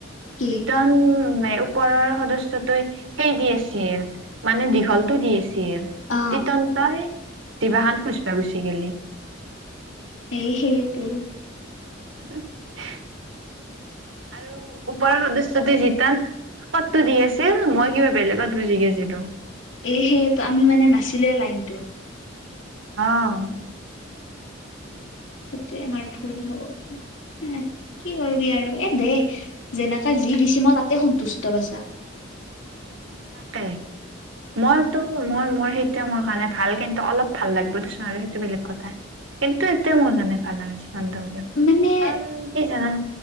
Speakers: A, on the left; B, on the right.
A: কি
B: এটান এ ওপৰৰ সদস্যটো সেই দি আছিল মানে দীঘলটো দি আছিল ছিল
A: অ
B: তিতন তই জিৱাহান খুচবা গুচি গেলি
A: সেই সেইয়েতো
B: <unintelligible> আৰু ওপৰৰ সদস্যটো যি তা পদটো দি আছিল মই কিবা বেলেগত বুজি গেজিলো
A: এ সে ত আমি মানে নাছিলে লাইনটো
B: অহ
A: সেইটোয়ে আমাৰ ভুল হল এহ কি কৰবি আৰু এ দে যেনা তা যি দিছি মই তাতে সন্তুষ্ট বছা
B: সচাকে মইতো মোৰ মোৰ সেইটোৱে মোৰ কাৰণে ভাল কিন্তু অলপ ভাল লাগিব দেচোন আৰু সেইটো বেলেগ কথা কিন্তু এতি মোৰ কাৰণে ভাল আৰু যিখানটা হলেও
A: মানে
B: কাৰণ কি জান